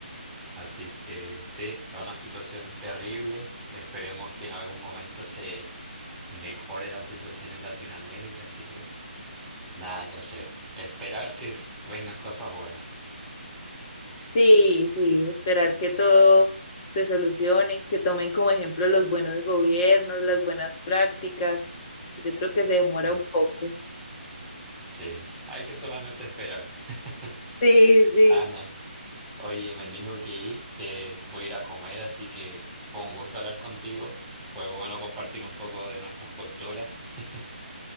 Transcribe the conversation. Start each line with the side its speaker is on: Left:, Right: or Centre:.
Centre: Así que sí, es una situación terrible. Esperemos que en algún momento se mejore la situación en Latinoamérica, así que nada que hacer. Esperar que s- vengan cosas buenas.
Left: Sí, sí, esperar que todo se solucione, que tomen como ejemplo los buenos gobiernos, las buenas prácticas. Yo creo que se demora
Centre: Sí,
Left: un poco.
Centre: sí, hay que solamente esperar. <laughs>
Left: Sí, sí.
Centre: Ana, oye, me tengo que ir, que voy a ir a comer, así que fue un gusto hablar contigo. Fue bueno compartir un poco de nuestras culturas <laughs>